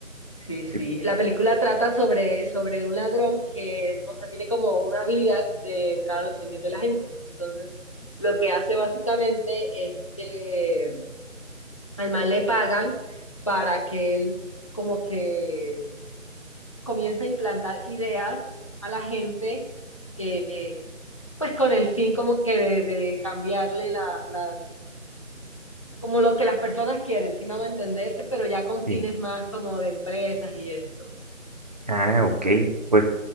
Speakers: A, on the left (about 25°); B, on the right (about 35°).
A: sí,
B: Sí,
A: sí. La película trata sobre, sobre un ladrón que, o sea, tiene como una habilidad de entrar a los sueños de la gente. Entonces, lo que hace básicamente es que al man le pagan para que él como que comience a implantar ideas a la gente. eh, pues con el fin como que de, de cambiarle la, las, como lo que las personas quieren, si me hago entender, pero ya con
B: sí.
A: fines más como de empresas y esto.
B: Ah, ok. Pues